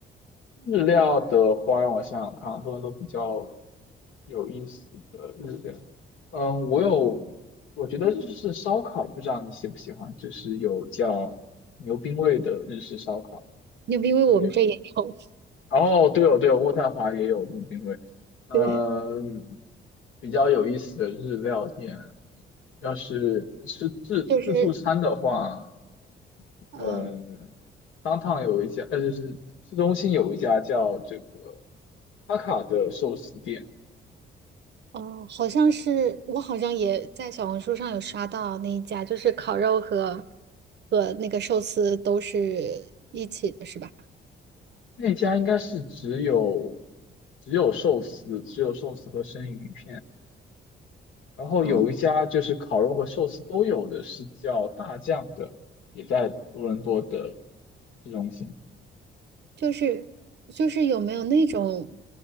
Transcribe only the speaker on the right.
<laughs> 因为因为我们这也有，
<laughs>
对，
就是嗯
哦，好像是我好像也在小红书上有刷到那一家，就是烤肉和和那个寿司都是一起的，是吧？
嗯。
就是就是有没有那种，